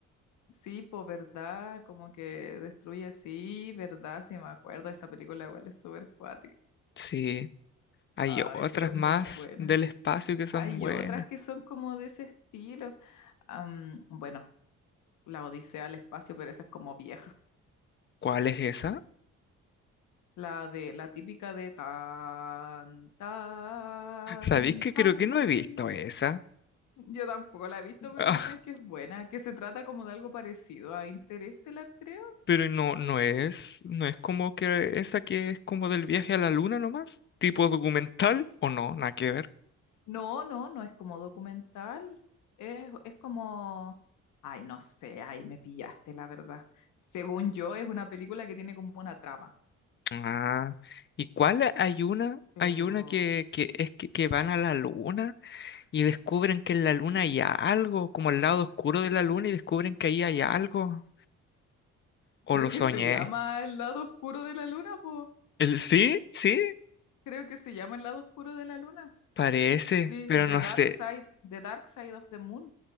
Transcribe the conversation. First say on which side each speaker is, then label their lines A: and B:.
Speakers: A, on the left; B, on the left.
A: sí, pues verdad, como que destruye, sí, verdad, sí, me acuerdo. Esa película igual es súper cuática.
B: Sí, hay
A: Ay,
B: otras
A: pero es
B: más
A: muy buena.
B: del espacio que son
A: Hay
B: buenas.
A: otras que son como de ese estilo. Am, bueno, La Odisea al espacio, pero esa es como vieja.
B: ¿Cuál es esa?
A: La de la típica de tan, tan,
B: ¿Sabéis que creo
A: tan.
B: que no he visto esa?
A: Yo tampoco la he visto, pero
B: Ah,
A: dicen que es buena, que se trata como de algo parecido a Interestelar, creo.
B: pero no, no es, no es como que esa que es como del viaje a la luna nomás, tipo documental o no, nada que ver.
A: No, no, no es como documental. Es, es como. Ay, no sé, ay, me pillaste, la verdad. Según yo, es una película que tiene como una trama,
B: Ah, ¿y cuál hay una?
A: pero
B: Hay una que, que es que, que van a la luna y descubren que en la luna hay algo, como el lado oscuro de la luna y descubren que ahí hay algo. ¿O
A: creo
B: lo
A: que
B: soñé?
A: se llama El lado oscuro de la luna, pues.
B: ¿El sí? ¿Sí?
A: Creo que se llama El lado oscuro de la luna.
B: Parece,
A: Sí,
B: pero
A: The
B: no
A: Dark
B: sé,
A: Side, The Dark Side of the Moon.